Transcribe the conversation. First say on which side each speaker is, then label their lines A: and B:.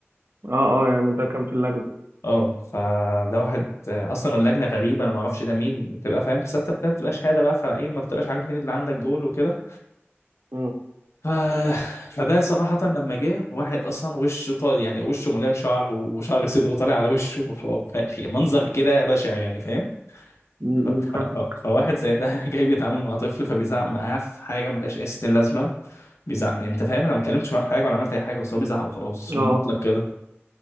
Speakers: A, on the right (about 65°); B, on the left (about 85°).
A: اه اه يعني ده كان في اللجنه
B: اه فده واحد آه، اصلا اللجنه غريبه انا ما اعرفش ده مين بتبقى فاهم في سته ابتدائي بتبقى شهاده بقى فايه ما بتبقاش عارف مين اللي عندك دول وكده
A: امم
B: ف... فده صراحه لما جه واحد اصلا وشه طالع يعني وشه مليان شعر وشعر صدره طالع على وشه وحوار، فاهم منظر كده بشع يعني فاهم
A: أمم،
B: ف... ف...
A: فاهم
B: ف- فواحد زي ده <laughs> جاي بيتعامل مع طفل فبيزعق معاه في حاجه ملهاش اي ستين لازمه بيزعق يعني انت فاهم انا ما اتكلمتش معاه في حاجه ولا عملت اي حاجه بس هو بيزعق وخلاص في
A: اه
B: المطلق كده